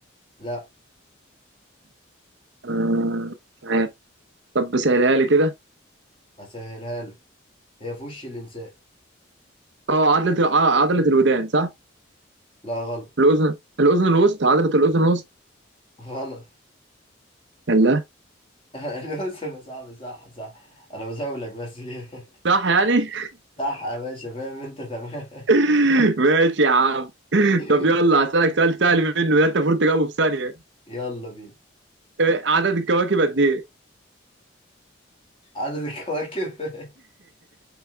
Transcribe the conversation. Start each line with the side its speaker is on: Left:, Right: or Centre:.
Left: لا
Right: آه مش عارف طب سهلها لي كده
Left: اسهلها لك هي في وش الانسان
Right: اه عضله ال- آه، عضله الودان صح
Left: لا غلط
Right: الاذن الاذن الوسطى عضله الاذن الوسطى
Left: غلط
Right: الله
Left: <laughs> الوسم يا صاحبي صح صح انا بزاولك بس كده
Right: صح يعني
Left: صح يا باشا فاهم انت تمام
Right: <laughs> ماشي يا عم
Left: <laughs>
Right: طب يلا هسألك سؤال سهل منه ده انت المفروض تجاوبه في ثانيه
Left: يلا بينا
Right: آه، عدد الكواكب قد ايه
Left: عدد الكواكب <laughs>